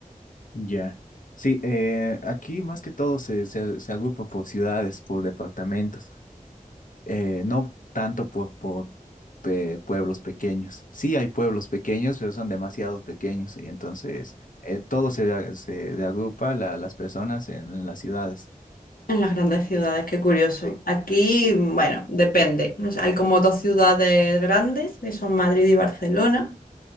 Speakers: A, on the left; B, on the left.
A: ya. Sí, eh, aquí más que todo se, se, se agrupa por ciudades, por departamentos. Eh, no tanto por, por pe- pueblos pequeños. Sí hay pueblos pequeños, pero son demasiados pequeños y entonces eh, todo se, a- se le agrupa la- las personas en, en las ciudades.
B: En las grandes ciudades, qué curioso.
A: Sí.
B: Aquí, bueno, depende. O sea, hay como dos ciudades grandes, que son Madrid y Barcelona.